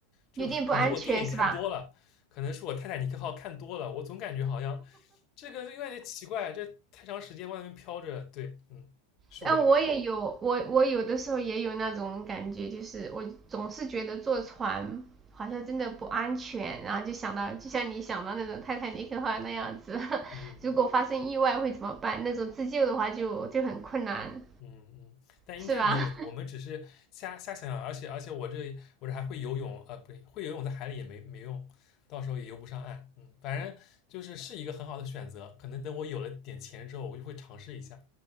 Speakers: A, on the left; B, on the right.
A: 就可能我电影看多了，
B: 有点不安全是吧？
A: 可能是我《泰坦尼克号》看多了，我总感觉好像这个有点奇怪，这太长时间外面飘着，对，嗯，是我的原因，
B: 但我也有，我我有的时候也有那种感觉，就是我总是觉得坐船好像真的不安全，然后就想到，就像你想到那种泰坦尼克号那样子，
A: 嗯。
B: <laughs> 如果发生意外会怎么办？那种自救的话就就很困难，
A: 嗯嗯，但应该没有问题。
B: 是吧？
A: 我们只是瞎瞎想想，而且而且我这我这还会游泳，啊，不对，会游泳在海里也没没用，到时候也游不上岸。嗯，反正就是是一个很好的选择。可能等我有了点钱之后，我就会尝试一下。